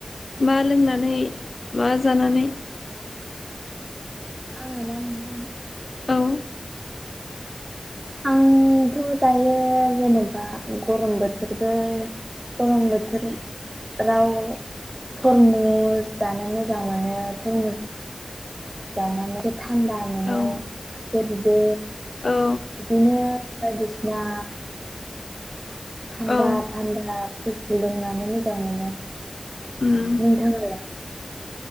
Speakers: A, on the left; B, on the right.
A: मा लोंनानै मा जानानै
B: आङोना नोंथां
A: औ
B: आंथ' दायो जेनेबा गरम बोथोरबो गरम बोथोर राव थरमुस जानो मोजां मोनो थरमु स जानानै एसे थान्दा मोनो
A: औ
B: खुसेर बिदै
A: औ
B: इदिनो बायदिसिना थान्दा
A: औ
B: थान्दा बुस्थु लोंनानै मोजां मोनो
A: उम
B: नोंथाङालाय?